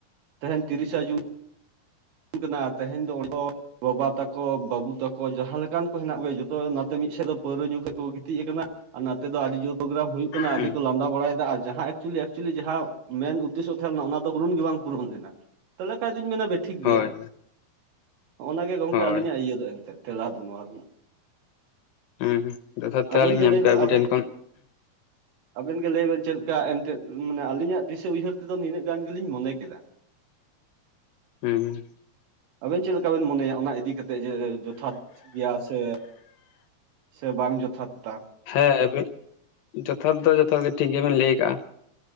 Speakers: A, on the right; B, on the left.
A: ᱛᱮᱦᱮᱧ ᱛᱤᱨᱤᱥᱟ ᱡᱩᱱ ᱠᱟᱱᱟ ᱛᱮᱦᱮᱧ ᱫᱚ ᱚᱰᱮ ᱫᱚ ᱵᱟᱵᱟ ᱛᱟᱠᱚ ᱵᱟᱵᱩ ᱛᱟᱠᱚ ᱡᱟᱦᱟᱸ ᱞᱮᱠᱟᱱ ᱠᱚ ᱦᱮᱱᱟᱜ ᱠᱚᱭᱟ ᱡᱚᱛᱚ ᱱᱟᱛᱮ ᱢᱤᱫ ᱢᱤᱫ ᱥᱮᱫ ᱫᱚ ᱯᱟᱹᱣᱨᱟᱹ ᱧᱩ ᱠᱷᱚᱱ ᱠᱚ ᱢᱤᱫ ᱥᱮᱫ ᱫᱚ ᱯᱟᱭᱨᱟ ᱧᱩ ᱜᱮᱠᱚ ᱜᱤᱛᱤᱡ ᱟᱠᱟᱱᱟ ᱟᱨ ᱱᱚᱛᱮ ᱫᱚ ᱟᱹᱰᱤ ᱡᱳᱨ ᱯᱨᱳᱜᱨᱟᱢ ᱦᱩᱭᱩᱜ ᱠᱟᱱᱟ
B: ᱦᱩᱸ
A: ᱟᱹᱰᱤ ᱠᱚ ᱞᱟᱹᱫᱟ ᱵᱟᱲᱟᱭᱮᱫᱟ ᱡᱟᱦᱟ ᱮᱠ ᱪᱩᱭᱮᱞᱤ ᱮᱞ ᱪᱩᱭᱮᱞᱤ ᱢᱮᱱ ᱩᱫᱮᱥᱷᱚ ᱛᱟᱦᱮᱸ ᱞᱮᱱᱟ ᱚᱱᱟ ᱫᱚ ᱯᱩᱨᱚᱱ ᱜᱮ ᱵᱟᱝ ᱯᱩᱨᱩᱱ ᱞᱮᱱᱟ ᱛᱟᱦᱚᱞᱮ ᱠᱷᱟᱱᱫᱚᱧ ᱢᱮᱱᱟ ᱵᱮ ᱴᱷᱤᱠ ᱜᱮᱭᱟ
B: ᱦᱳᱭ
A: ᱱᱚᱦᱚᱱᱚᱭᱟᱜᱮ
B: ᱦᱳᱭ
A: ᱜᱮ ᱟᱹᱞᱤᱧᱟᱜ ᱤᱭᱟᱹ ᱫᱚ ᱮᱱᱛᱮ ᱛᱮᱞᱟ ᱫᱚ ᱱᱚᱣᱟ ᱨᱮᱱᱟᱜ
B: ᱦᱩᱸ ᱡᱚᱛᱷᱟᱛ ᱛᱮᱞᱟ
A: ᱟᱵᱮᱱ
B: ᱞᱤᱧ
A: ᱜᱮ
B: ᱧᱟᱢ
A: ᱞᱟᱹᱭ
B: ᱠᱮᱜᱼᱟ
A: ᱵᱮᱱ
B: ᱟᱹᱵᱤᱱ
A: ᱟᱵᱮᱱ
B: ᱴᱷᱮᱱ ᱠᱷᱚᱱ
A: ᱟᱵᱮᱱ ᱜᱮ ᱞᱟᱹᱭ ᱵᱮᱱ ᱪᱮᱫ ᱞᱮᱠᱟ ᱮᱱᱛᱮᱫ ᱢᱟᱱᱮ ᱟᱹᱞᱤᱧᱟᱜ ᱫᱤᱥᱟᱹ ᱩᱭᱦᱟᱹᱨ ᱛᱮᱫᱚ ᱱᱤᱱᱟᱹᱜ ᱜᱟᱱ ᱜᱮᱞᱤᱧ ᱢᱚᱱᱮ ᱠᱮᱫᱟ
B: ᱦᱩᱸ
A: ᱟᱵᱤᱱ ᱪᱮᱫ ᱞᱮᱠᱟ ᱵᱮᱱ ᱢᱚᱱᱮᱭᱟ ᱚᱱᱟ ᱤᱫᱤ ᱠᱟᱛᱮᱫ ᱡᱚᱛᱷᱟᱛ ᱜᱮᱭᱟ ᱥᱮ ᱥᱮ ᱵᱟᱝ ᱡᱚᱛᱷᱟᱛ-ᱟ
B: ᱦᱮᱸᱟᱵᱤᱱ ᱡᱚᱛᱷᱟᱛ ᱫᱚ ᱡᱚᱛᱷᱟ ᱜᱮ ᱴᱷᱤᱠ ᱜᱮᱵᱤᱱ ᱞᱟᱹᱭ ᱠᱟᱜ-ᱟ